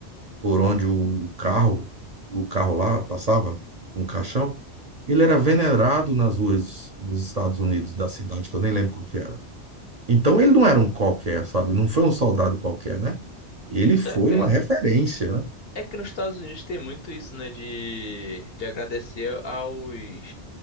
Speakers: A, on the right; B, on the left.
A: Por onde o carro, o carro lá passava, um caixão, ele era venerado nas ruas dos Estados Unidos, da cidade, que eu nem lembro qual que era. Então ele não era um qualquer, sabe? Não foi um soldado qualquer, né? Ele foi
B: É, é,
A: uma referência, né?
B: é que nos Estados Unidos tem muito isso, né? De, de agradecer aos.